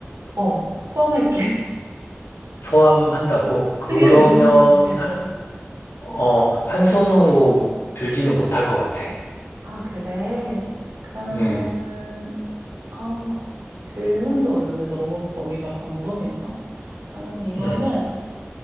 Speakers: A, on the right; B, on the left.
A: 어, 포함할게. <laughs>
B: 포함한다고? 그러면,
A: 크기를 묻는 건데,
B: 하-
A: 어.
B: 어, 한 손으로 들지는 못할 것 같아.
A: 아, 그래. 그러면은,
B: 음,
A: 아우, 질문도 어렵네. 너무 범위가 광범위해서. 그러면 은 이거는,
B: 음.